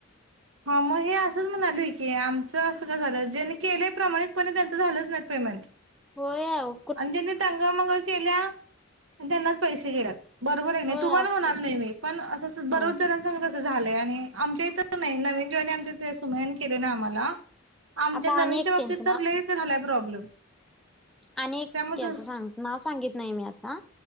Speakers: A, on the right; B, in the centre.
A: हा मग हे असंच म्हणालोय की. आमचं असं का झालं. ज्यांनी केल्या प्रमाणिक पणे त्यांचं झालंच नाही पेमेंट.
B: होय आवो.
A: आणि ज्यांनी टंगळ मंगळ केल्या पण त्यांनाच पैशे गेल्यात. बरोबर आहे क नाही?
B: होय
A: तुम्हाला
B: असं
A: म्हणालो नाही मी पण असंस
B: होय
A: बरेच जणांच जणांच तस झालंय आणि आमच्या इथ नाही नवीन ज्यांनी आमच्या इ सुमैयान केल नई आम्हाला आमच्या
B: आता
A: नविनच्या
B: आणि एक
A: बाबतीत
B: त्यांचं नाव
A: तर लई झालाय प्रॉब्लेम
B: आणि एक
A: त्यामुळे
B: त्याचं
A: तू
B: सांग नाव सांगित नाही मी आता